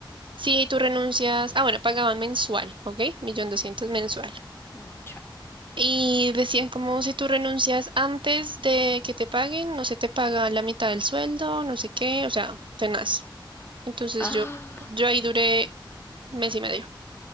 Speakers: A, on the right; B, on the left.
A: si tú renuncias, ah, bueno, pagaban mensual, ¿ok? Millón doscientos mensual.
B: No, chao.
A: Y decían como, si tú renuncias antes de que te paguen, no se te paga la mitad del sueldo, no sé qué, o sea, tenaz. Entonces
B: Ah,
A: yo, yo ahí duré mes y medio,